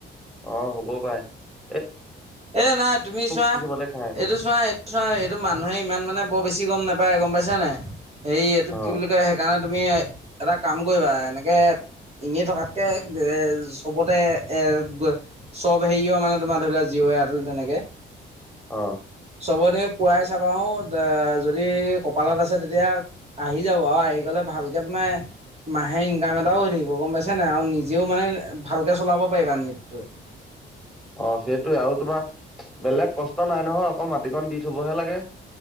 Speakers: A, in the centre; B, on the right (about 30°).
A: অ'! হ'ব পাৰে।
B: এ, নাই। তুমি চোৱা,
A: কিছুমানে খাই আকৌ
B: এইটো চোৱা, এইটো চোৱা, এইটো মানুহে ইমান মানে, বৰ বেছি গম নাপায়। পাই গম পাইছা নাই? সেই এইটো
A: অ
B: কি বুলি কয়, সেইকাৰণে তুমি এটা কাম কৰিবা। এনেকে এনেই থকাতকে এ, চবতে এ, চব হেৰিও মানে তোমাৰ ধৰি লোৱা জিঅ' এয়াৰটেল তেনেকে
A: অ
B: চবতে পুৰাই চাবা যদি কপালত আছে তেতিয়া আহি যাব আৰু আহি গ'লে কেটনাই <unintelligible> মাহে ইনকাম এটাও আহি থাকিব গম পাইছা নাই আৰু নিজেও মানে ভালকে চলাব পাৰিবা নেটটো <unintelligible>
A: <inaudible> অ সেইটোয়ে আৰু তোমাৰ বেলেগ কষ্ট নাই নহয় অকল মাটিকণ দি থবহে লাগে <unintelligible>